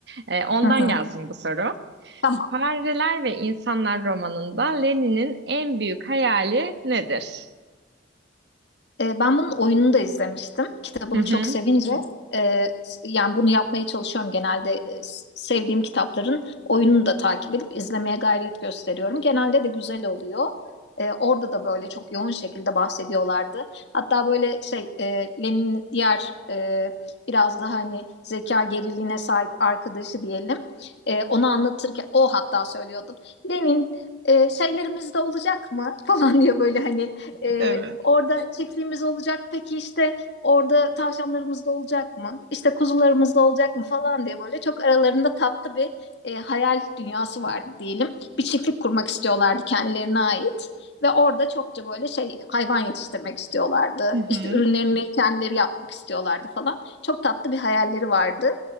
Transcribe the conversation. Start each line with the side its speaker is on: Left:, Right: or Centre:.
Right: E, ondan
Left: hı hı.
Right: gelsin bu soru.
Left: Tamam.
Right: Fareler ve İnsanlar romanında Lenin'in en büyük hayali nedir?
Left: E, ben bunun oyununu da izlemiştim. Kitabını
Right: Hı hı.
Left: çok sevince e, yani bunu yapmaya çalışıyorum genelde. E, sevdiğim kitapların oyununu da takip edip izlemeye gayret gösteriyorum. Genelde de güzel oluyor. E, orada da böyle çok yoğun şekilde bahsediyorlardı. Hatta böyle şey e, Lenin'in diğer e, biraz daha hani zeka geriliğine sahip arkadaşı diyelim. E, onu anlatırken o hatta söylüyordu. Lenin e, şeylerimizde olacak mı <laughs> falan diye böyle hani e,
Right: Evet.
Left: Orada çiftliğimiz olacak. Peki işte orada tavşanlarımız da olacak mı? İşte kuzularımız da olacak mı falan diye böyle çok aralarında tatlı bir e, hayal dünyası vardı diyelim. Bir çiftlik kurmak istiyorlardı kendilerine ait ve orada çokça böyle şey hayvan yetiştirmek istiyorlardı.
Right: Hı hı.
Left: İşte ürünlerini kendileri yapmak istiyorlardı falan. Çok tatlı bir hayalleri vardı.